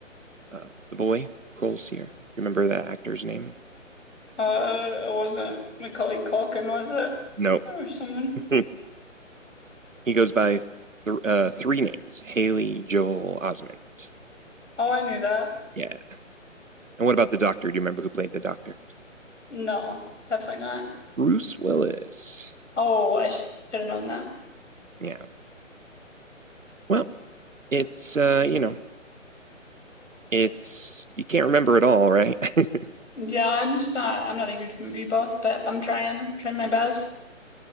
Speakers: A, on the right (about 75°); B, on the left (about 60°).
A: uh, the boy Cole Sear? Do you remember that actor's name?
B: Uh, it wasn't Macaulay Culkin, was it?
A: No,
B: Or someone?
A: <laughs> he goes by th- uh, three names: Haley Joel Osment.
B: Oh, I knew that.
A: Yeah. And what about the Doctor? Do you remember who played the Doctor?
B: No, definitely not.
A: Bruce Willis.
B: Oh, I should have known that.
A: Yeah. Well, it's uh, you know, it's you can't remember it all, right? <laughs>
B: Yeah, I'm just not I'm not a huge movie buff, but I'm trying trying my best.